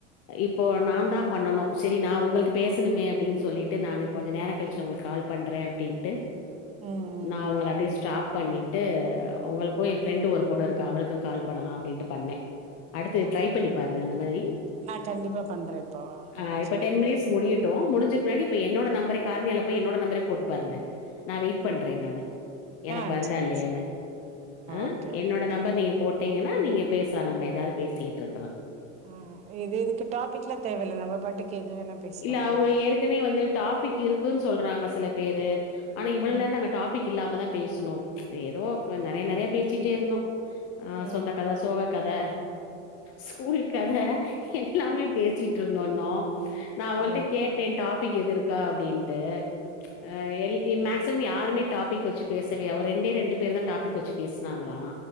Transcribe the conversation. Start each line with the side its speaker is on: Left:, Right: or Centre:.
Left: இப்போ நா தா பண்ணனு செரி நா உங்களுக்கு பேசணுமே அப்டின்னு சொல்லிட்டு நானு கொஞ்சோ நேர கழிச்சு உங்களுக்கு கால் பண்றே அப்டின்ட்டு
Right: ம் ம்
Left: நா அவங்கள
Right: ம்
Left: அப்டியே ஸ்டாப் பண்ணிட்டு உங்களுக்கு ஏ ஃபிரெண்டு் ஒரு பொண்ணு இருக்கா அவளுக்கு கால் பண்ணலா அப்டின்ட்டு பண்ணே அடுத்து
Right: ஓ
Left: ட்ரை பண்ணி பாருங்க அந்த மாதிரி
Right: நா கண்டிப்பா பண்றே இப்போ
Left: அ
Right: ஆ
Left: இப்ப
Right: சரி
Left: டென் மினிட்ஸ் முடியட் ட்டு முடிஞ்ச பின்னாடி இப்ப என்னோட நம்பரே கார்ணியால போய் என்னோட நம்பரே போட்டு பாருங்க நா வெயிட் பண்றே நானு எனக்
Right: ஆ
Left: வருதா
Right: சரி
Left: இல்லயானு
Right: சரி.
Left: ஆ
Right: ஓகே ஓகே
Left: என்னோட
Right: ஓகே
Left: நம்பர் நீங்க போட் டிங்கனா நீங்க பேசலா நம்ம எதாவது பேசிட்ருக்கலா
Right: ஆ இது இதுக்கு டாபிக்லா தேவல்ல நம்ம பாட்டுக்கு எது வேணா பேசலாமா
Left: இல்ல அவங்க ஏற்கனவே வந்து டாபிக் இருக்குன் சொல்றாங்க சில பேரு ஆனா இவ்ள
Right: ம்
Left: நேர நாங்க டாபிக் டாபிக் இல்லாம தா பேசனோ எதோ நறைய நறைய பேசிட்டே இருந்தோ ஆ
Right: ம்
Left: சொந்த கத சோக கத ஸ்கூல் கத எல்லாமே பேசிட்டு இருந்தோன்னோ நா அவங்கள்ட்ட
Right: ஓ
Left: கேட்டே டாபிக் எது இருக்கா அப்டின் ட்டு ஆ எல் ன் மேக் சிம் யாருமே டாபிக் வச்சு பேசலியா அவ ரெண்டே ரெண்டு பேர்தா டாபிக் வெச்சு பேசுனாங்ளா